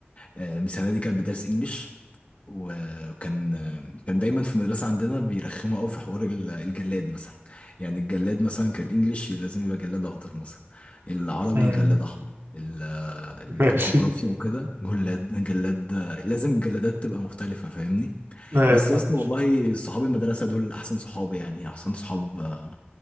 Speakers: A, on the left; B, on the right.
A: آه، ميس هناء دي كانت بتدرس انجليش وكان آه، كان دايما في المدرسه عندنا بيرخموا قوي في حوار ال- الجلاد مثلا يعني الجلاد مثلا كان الانجليش لازم يبقى جلاد اخضر مثلا العربي
B: مم.
A: جلاد احمر ال- آه،
B: <laughs> ماشي
A: الجغرافيا وكده جلاد جلاد آه، لازم الجلادات تبقى مختلفه فاهمني
B: لا
A: بس
B: يا فاهم
A: يا اسطى والله صحاب المدرسة دول احسن صحاب يعني احسن صحاب آه،